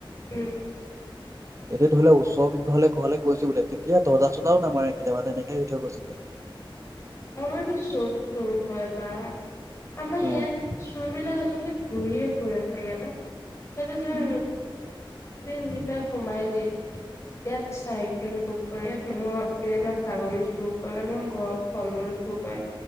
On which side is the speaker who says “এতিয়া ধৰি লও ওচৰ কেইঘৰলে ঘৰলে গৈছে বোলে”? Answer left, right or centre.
Right